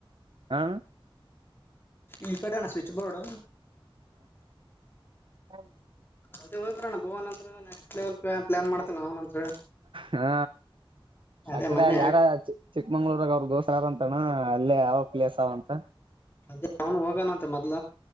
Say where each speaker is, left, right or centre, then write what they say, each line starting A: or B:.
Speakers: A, on the right; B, on the left.
A: ಹ
B: ಈ ಕಡೆಣ್ಣ ಸ್ವಿಚ್ ಬೋರ್ಡ್
A: ಹ <unintelligible>
B: ಅದ ಹೂಗಿ ಬರಣ ಭುವನಂತರ ನೆಕ್ಸ್ಟ್ ಲೆವಲ್ ಪ್ಲಾನ್ ಮಾಡ್ತನ ಅವನ ಹತ್ರ
A: ಹಾ
B: ಅದೇ
A: ಅಕ್ಕಡೆಲ್ಲ
B: ಮೊನ್ನೆ
A: ಯಾರ ಚಿಕ್ಕಮಂಗಳೂರಾಗ ಅವ್ರಗ ದೋಸ್ತರ ಆರ ಅಂತಣ್ಣ ಅಲ್ಲೇ ಯಾವ ಪ್ಲೇಸ್ ಅವಂತ
B: ಅದೇ ಅವನು ಹೋಗಾನಂತೆ ಮೊದ್ಲ